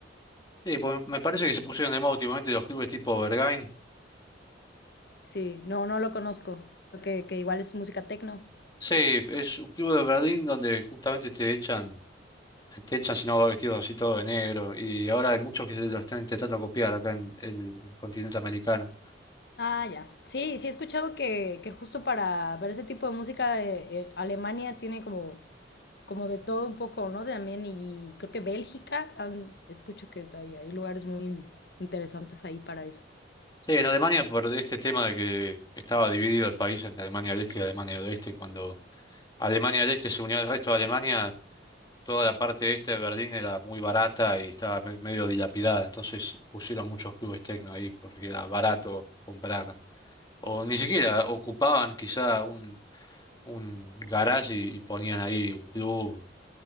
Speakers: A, on the left; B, on the left.
A: Sí, pues me parece que se pusieron de moda últimamente los clubes tipo Berghain.
B: Sí, no, no lo conozco. Creo que, que igual es música techno
A: Sí, es un club de Berlín donde justamente te echan. Te echan si no va vestido así todo de negro. Y ahora hay muchos que se lo están intentando copiar acá en, en el continente americano.
B: Ah, ya. Sí, sí he escuchado que, que justo para ver ese tipo de música, eh, eh, Alemania tiene como, como de todo un poco, ¿no? También, y creo que Bélgica, han- escucho que hay, hay lugares muy interesantes ahí para eso.
A: Sí, en Alemania por este tema de que estaba dividido el país entre Alemania del Este y Alemania del Oeste. Cuando Alemania del Este se unió al resto de Alemania, toda la parte este de Berlín era muy barata y estaba me- medio dilapidada. Entonces pusieron muchos clubes techno ahí porque era barato comprar. O ni siquiera ocupaban quizá un, un garage y y ponían ahí un club